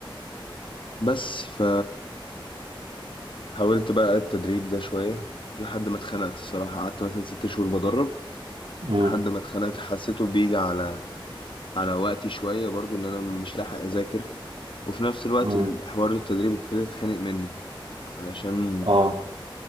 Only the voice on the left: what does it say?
بس ف حاولت بقى التدريب ده شوية لحد ما اتخنقت الصراحة قعدت مثلا ست شهور بدرب
لحد ما اتخنقت حسيته بيجي على على وقتي شوية برضو إن أنا مش لاحق أذاكر وفي نفس الوقت
الحوار التدريب ابتديت أتخانق منه علشان